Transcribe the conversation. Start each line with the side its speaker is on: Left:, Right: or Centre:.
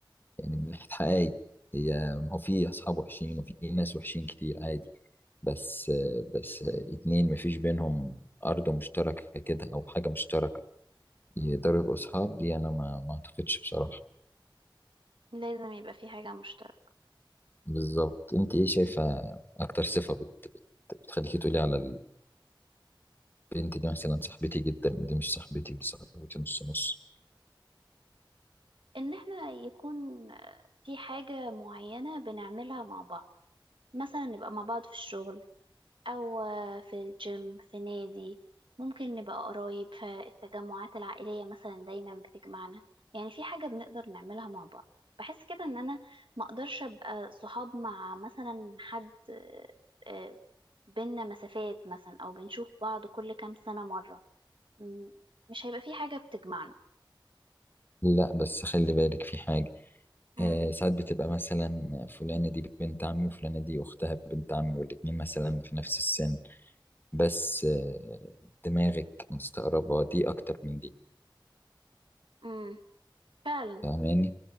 Left: يعني من ناحيه حقائق هي هو في اصحاب وحشين وفي ناس وحشين كتير عادي بس بس اتنين مفيش بينهم ارض مشتركه كده او حاجه مشتركه يقدروا يبقوا اصحاب دي انا ما ما اعتقدش بصراحه
Right: لازم يبقى في حاجة مشتركة
Left: بالظبط انت ايه شايفه اكتر صفه بت... بت- بتخليكي تقولي على البنت دي مثلا صاحبتي جدا ودي مش صاحبتي ودي صاحبتي نص نص
Right: ان احنا يكون آه، في حاجة معينة بنعملها مع بعض مثلا نبقى مع بعض في الشغل أو آه، في الجيم في نادي ممكن نبقى قرايب فالتجمعات العائلية مثلا دايما بتجمعنا يعني في حاجة بنقدر نعملها مع بعض بحس كده إن أنا ما أقدرش أبقى صحاب مع مثلا حد آه، آه، بينا مسافات مثلا أو بنشوف بعض كل كام سنة مرة م- مش هيبقى في حاجة بتجمعنا
Left: لا بس خلي بالك في حاجة
Right: م-
Left: آه ساعات بتبقى مثلا فلانة دي بنت عمي وفلانة دي أختها بنت عمي والاتنين مثلا في نفس السن بس آه دماغك مستقربة دي أكتر من دي
Right: م. فعلا
Left: فاهماني؟